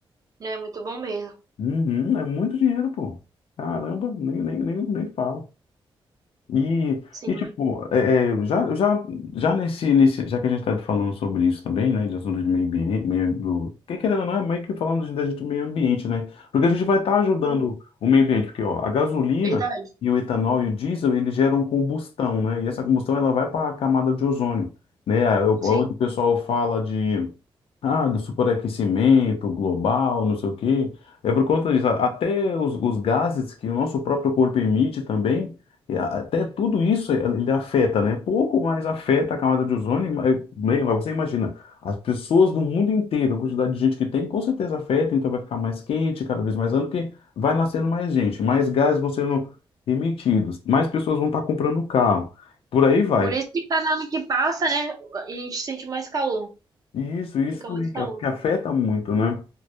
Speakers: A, on the right; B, on the left.
A: né? Muito bom mesmo.
B: Uhum, é muito dinheiro, pô. Caramba, nem, nem, nem, nem fala. E,
A: Sim,
B: e tipo, é, é, já, já, já nesse, nesse, já que a gente está falando sobre isso também, né, de assunto de meio ambiente, meio, do, que querendo ou não, é meio que falando de, de meio ambiente, né, porque a gente vai estar ajudando
A: sim.
B: o meio ambiente, porque, ó, a gasolina
A: Verdade.
B: e o etanol e o diesel, eles geram combustão, né, e essa combustão, ela vai para a camada de ozônio, né, É, onde
A: Sim.
B: o o pessoal fala de ah, do superaquecimento global, não sei o quê. É por conta disso. a- Até os, os gases que o nosso próprio corpo emite também, e a- até tudo isso ele ele afeta, né? Pouco mais afeta a camada de ozônio, mas bem, mas você imagina, as pessoas do mundo inteiro, a quantidade de gente que tem, com certeza afeta, então vai ficar mais quente, cada vez mais ano, porque vai nascendo mais gente, mais gases vão sendo emitidos, mais pessoas vão estar comprando carro, por aí vai.
A: Por isso que cada ano que passa, né, a gente sente mais calor.
B: E isso, isso
A: Fica
B: também
A: muito
B: que
A: calor.
B: a- que afeta muito, né?